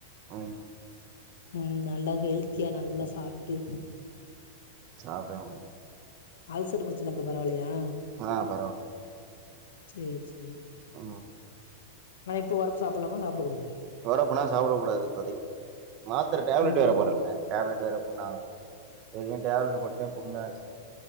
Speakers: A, on the right; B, on the left.
A: ஆமா
B: ம் நல்லா ஹெல்த்தியா நல்லா சாப்ட்டு
A: சாப்டே ஆவனு
B: அல்சர் பிரச்சன இப்ப பரவாலயா
A: ஆ பரவால்ல
B: சேர் சேரி
A: ஆ
B: ஆன இப்ப ஒரப்பு சாப்ட்லாமா சாப்டக்கூடாதா
A: ஒரப்புலா சாப்ட கூடாது இப்பதக்கி மாத்திர டேப்லெட்
B: ம்
A: வேற போட்றல டேப்லெட் வேற புண்ணாவு இது டேப்லெட் போட்டுதே புண்ணாச்சி